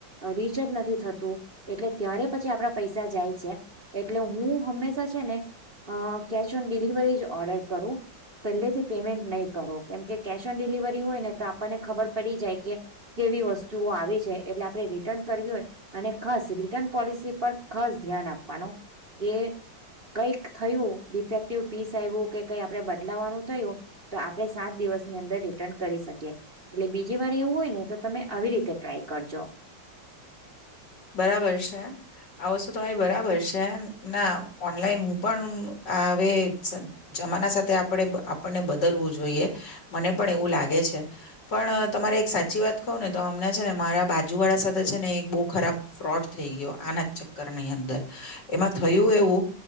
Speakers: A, on the right; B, on the left.
A: રિચાર્જ નથી થતું એટલે ત્યારે પછી આપણા પૈસા જાય છે. એટલે હું હંમેશા છે. ને અ કેશ ઓન ડિલિવરી જ ઓર્ડર કરું પહેલેથી પેમેન્ટ નહીં કરો કેમકે કેશ ઓન ડિલિવરી હોય ને તો આપણને ખબર પડી જાય કે કેવી વસ્તુઓ આવી છે. એટલે આપણે રિટર્ન કરવી હોય અને ખસા રિટર્ન પોલિસી પર ખાસ ધ્યાન આપવાનું કે, કઈક થયું ડિફેક્ટિવ પીસ આયવું કે કઈ આપણે બદલાવાનું થયું તો આપણે સાત દિવસની અંદર રિટર્ન કરી શકીએ. એટલે બીજી વાર એવું હોય ને તો તમે આવી રીતે ટ્રાય કરજો.
B: બરાબર છે આ વસ્તુ તમારી બરાબર છે. ના ઓનલાઈન હું પણ હું, આ અવે જમાના સાથે આપણે આપણને બદલવું જોઈએ મને પણ એવું લાગે છે પણ તમારે એક સાચી વાત કઉં ને તો અમને છે, ને મારા બાજુ વાળા સાથે છે ને બો ખરાબ ફ્રોડ થઈ ગયો આના જ ચક્કરની અંદર એમાં થયું એવું